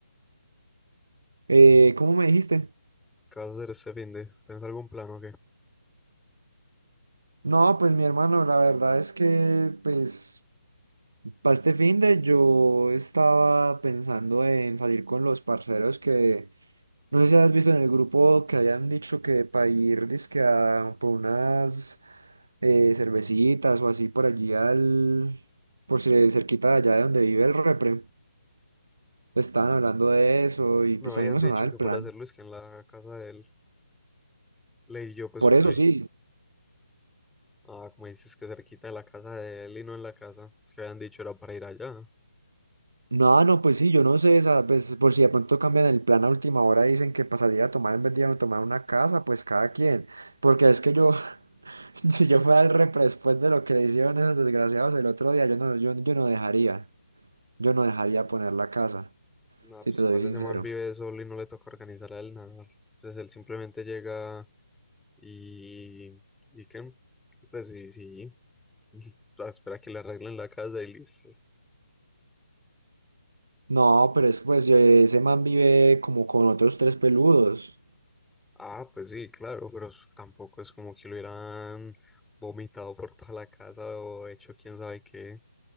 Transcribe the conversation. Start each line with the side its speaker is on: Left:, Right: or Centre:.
Right: Eh, ¿cómo me dijiste?
Centre: ¿Qué vas a hacer este fin de? ¿Tienes algún plan o qué?
Right: No, pues mi hermano, la verdad es que, pues, para este finde yo estaba pensando en salir con los parceros que, no sé si has visto en el grupo que hayan dicho que para ir, dizque a- por unas eh, cervecitas o así por allí al, por si cerquita de allá de donde vive el repre. Estaban hablando de eso y
Centre: No
Right: pues
Centre: habían
Right: a mí me
Centre: dicho
Right: sonaba el
Centre: que
Right: plan.
Centre: para hacerlo es que en la casa de él. Leí yo pues
Right: Por
Centre: por
Right: eso
Centre: ahí.
Right: sí.
Centre: Ah, como dices que cerquita de la casa de él y no en la casa. Es que habían dicho era para ir allá.
Right: No, no, pues sí, yo no sé, esa, pues, por si de pronto cambian el plan a última hora y dicen que para salir a tomar en vez de ir a tomar una casa, pues cada quien. Porque es que yo, <laughs> si yo fuera el repre después de lo que le hicieron esos desgraciados el otro día, yo no, yo, yo no dejaría, yo no dejaría poner la casa,
Centre: No,
Right: si
Centre: pues
Right: te soy
Centre: igual
Right: sincero.
Centre: ese man vive solo y no le toca organizar a él nada. Entonces él simplemente llega Y, y qué, y pues sí, sí, <laughs> Ah, espera que le arreglen la casa y listo.
Right: No, pero es pues yo- ese man vive como con otros tres peludos.
Centre: Ah, pues sí, claro, pero s- tampoco es como que lo hubieran vomitado por toda la casa o hecho quién sabe qué.